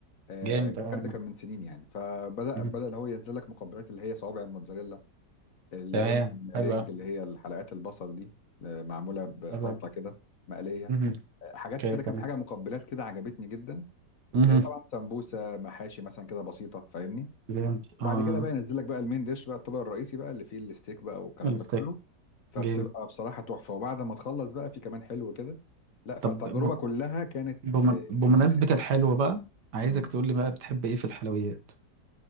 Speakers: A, on the left; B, on the right.
A: آه
B: جامد
A: الكلام
B: اه
A: ده كان من سنين يعني فبدا
B: مم.
A: بدا اللي هو ينزل لك مقبلات اللي هي صوابع الموتزاريلا الاونيون
B: تمام حلوة
A: رينج اللي هي الحلقات البصل دي آه، معموله بخلطه
B: حلوة
A: كده مقليه
B: مم.
A: آه، حاجات
B: اوكي
A: كده
B: تمام
A: كام حاجه مقبلات كده عجبتني جدا
B: مم.
A: آه، طبعا سمبوسه محاشي مثلا كده بسيطه فاهمني
B: جامد
A: وبعد
B: اه
A: كده بقى ينزل لك بقى المين ديش بقى الطبق الرئيسي بقى اللي فيه الستيك بقى والكلام
B: الستيك
A: ده كله فبتبقى
B: جامد
A: بصراحة تحفة وبعد ما تخلص بقى في كمان حلو كده لا فالتجربة
B: طب ب-
A: كلها كانت
B: بم-
A: آه،
B: بمناسبة
A: جميلة يعني
B: الحلوة بقى عايزك
A: مم.
B: تقول لي بقى بتحب ايه في الحلويات